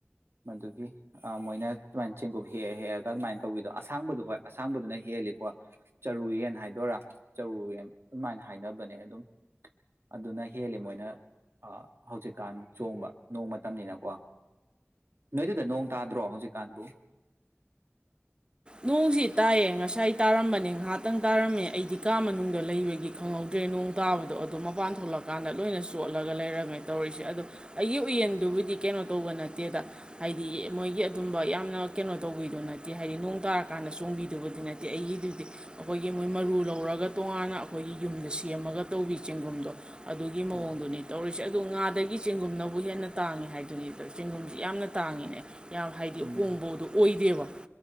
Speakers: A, on the right; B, on the right.
A: ꯃꯗꯨꯒꯤ ꯃꯣꯏꯅ ꯁꯨꯃꯥꯏꯅ ꯆꯦꯡꯀꯨꯞ ꯍꯦꯛꯑ ꯍꯦꯛꯑꯒ ꯑꯗꯨꯃꯥꯏꯅ ꯇꯧꯕꯤꯗꯣ ꯑꯁꯥꯡꯕꯗꯣ ꯍꯣꯏ ꯑꯁꯥꯡꯕꯗꯨꯅ ꯍꯦꯜꯂꯤꯀꯣ ꯆꯔꯨ ꯌꯦꯟ ꯍꯥꯏ ꯗꯣꯏꯔꯥ ꯆꯔꯨꯌꯦꯟ ꯑꯗꯨꯃꯥꯏꯅ ꯍꯥꯏꯅꯕꯅꯦ ꯑꯗꯨꯝ ꯑꯗꯨꯅ ꯍꯦꯜꯂꯤ ꯃꯣꯏꯅ ꯍꯧꯖꯤꯛꯀꯥꯟ ꯆꯣꯡꯕ ꯅꯣꯡ ꯃꯇꯝꯅꯤꯅꯀꯣ ꯅꯣꯏꯗꯨꯗ ꯅꯣꯡ ꯇꯥꯗ꯭ꯔꯣ ꯍꯧꯖꯤꯛꯀꯥꯟꯕꯨ
B: ꯅꯣꯡꯁꯤ ꯇꯥꯏꯌꯦ ꯉꯁꯥꯏ ꯇꯥꯔꯝꯕꯅꯦ ꯉꯥꯏꯍꯥꯛꯇꯪ ꯇꯥꯔꯝꯃꯦ ꯑꯩꯗꯤ ꯀꯥ ꯃꯅꯨꯡꯗ ꯂꯩꯕꯒꯤ ꯈꯪꯍꯧꯗ꯭ꯔꯦ ꯅꯣꯡ ꯇꯥꯕꯗꯣ ꯑꯗꯨꯗꯣ ꯃꯄꯥꯟ ꯊꯣꯛꯂꯛꯀꯥꯟꯗ ꯂꯣꯏꯅ ꯆꯣꯠꯂꯒ ꯂꯩꯔꯝꯃꯦ ꯇꯧꯔꯤꯁꯦ ꯑꯗꯣ ꯑꯩꯒꯤ ꯎꯌꯦꯟꯗꯨꯕꯨꯗꯤ ꯀꯩꯅꯣ ꯇꯧꯕ ꯅꯠꯇꯦꯗ ꯍꯥꯏꯗꯤ ꯃꯣꯏꯒꯤ ꯑꯗꯨꯝꯕ ꯌꯥꯝꯅ ꯀꯩꯅꯣ ꯇꯧꯕꯤꯗꯣ ꯅꯠꯇꯦ ꯍꯥꯏꯗꯤ ꯅꯣꯡ ꯇꯥꯔꯀꯥꯟꯗ ꯆꯣꯡꯕꯤꯗꯨꯕꯗꯤ ꯅꯠꯇꯦ ꯑꯩꯒꯤꯗꯨꯗꯤ ꯑꯩꯈꯣꯏꯒꯤ ꯃꯣꯏ ꯃꯔꯨ ꯂꯧꯔꯒ ꯇꯣꯉꯥꯟꯅ ꯑꯩꯈꯣꯏꯒꯤ ꯌꯨꯝꯗ ꯁꯦꯝꯃꯒ ꯇꯧꯕꯤ ꯆꯦꯡꯒꯨꯝꯗꯣ ꯑꯗꯨꯒꯤ ꯃꯑꯣꯡꯗꯨꯅꯤ
A: ꯎꯝ
B: ꯇꯧꯔꯤꯁꯦ ꯑꯗꯣ ꯉꯥꯗꯒꯤ ꯆꯦꯡꯒꯨꯝꯅꯕꯨꯒꯤ ꯍꯦꯟꯅ ꯇꯥꯡꯉꯤ ꯍꯥꯏꯗꯨꯅꯤꯗ ꯆꯦꯡꯒꯨꯝꯁꯤ ꯌꯥꯝꯅ ꯇꯥꯡꯉꯤꯅꯦ ꯌꯥꯝ ꯍꯥꯏꯗꯤ
A: ꯎꯝ
B: ꯍꯣꯡꯕꯗꯣ ꯑꯣꯏꯗꯦꯕ